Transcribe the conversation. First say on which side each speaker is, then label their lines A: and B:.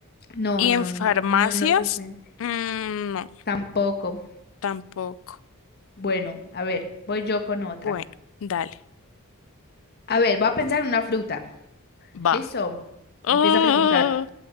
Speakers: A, on the left; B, on the left.
A: No,
B: Y
A: no,
B: en farmacias,
A: no, no normalmente.
B: mm, no,
A: Tampoco.
B: tampoco.
A: Bueno, a ver, voy yo con otra.
B: Bueno, dale.
A: A ver, voy a pensar en una fruta.
B: Va.
A: ¿Listo?
B: Oh,
A: Empieza a preguntar.